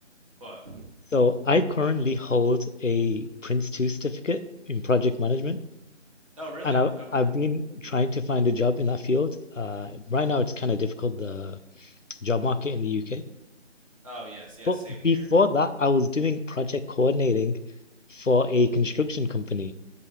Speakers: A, on the right; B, on the left.
A: What?
B: So I currently hold a Prince 2 certificate in project management.
A: Oh really?
B: And I,
A: Okay.
B: I've been trying to find a job in that field. Uh, right now, it's kind of difficult. The job market in the UK.
A: Oh yes, yes,
B: But
A: same
B: before
A: here.
B: that, I was doing project coordinating for a construction company.